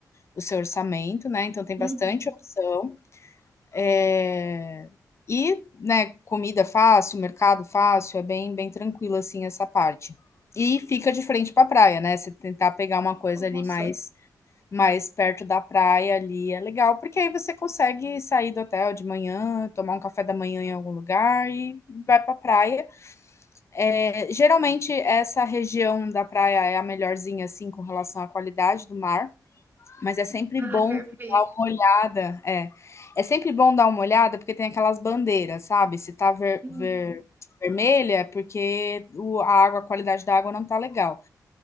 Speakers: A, on the left; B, on the right.
A: o seu orçamento, né? Então tem
B: Uhum.
A: bastante opção. É, E, né, comida fácil, mercado fácil, é bem, bem tranquilo assim essa parte. E fica de frente para a praia, né? Você tentar pegar uma coisa
B: Nossa,
A: ali mais mais perto da praia ali é legal, porque aí você consegue sair do hotel de manhã, tomar um café da manhã em algum lugar e vai para a praia. É, geralmente essa região da praia é a melhorzinha assim com relação à qualidade do mar. Mas é sempre
B: ah,
A: bom
B: perfeito.
A: dar uma olhada, é. É sempre bom dar uma olhada porque tem aquelas bandeiras, sabe? Se tá ver,
B: Hum,
A: ver- vermelha é porque o, a água, a qualidade da água não tá legal.